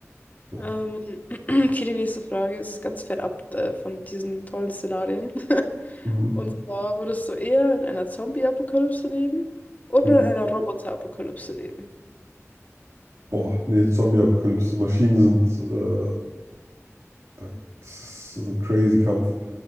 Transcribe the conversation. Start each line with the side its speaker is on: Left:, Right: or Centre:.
Right: Ja.
Left: Ähm, <clears throat> okay, die nächste Frage ist ganz fernab äh, von diesen tollen Szenarien. <laughs>
Right: Mhm.
Left: Und zwar, würdest du eher in einer Zombie-Apokalypse leben oder
Right: Mhm.
Left: in einer Roboter-Apokalypse leben?
Right: Boah, nee, Zombie-Apokalypse. Maschinen sind, äh, da- das ist ein crazy Kampf.